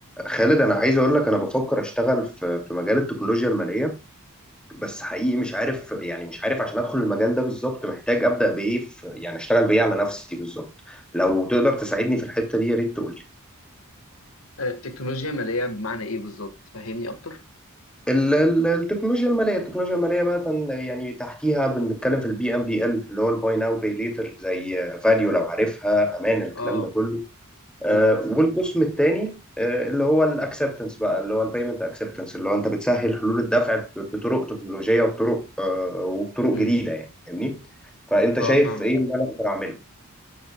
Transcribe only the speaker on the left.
آه، تكنولوجيا مالية بمعنى ايه بالظبط فهمني اكتر
اه
امم
امم
اه
فاهمك